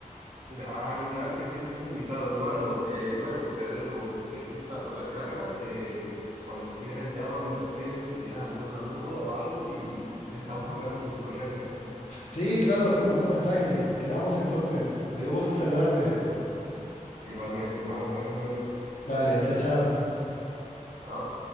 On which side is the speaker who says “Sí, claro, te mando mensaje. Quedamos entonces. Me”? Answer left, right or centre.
Left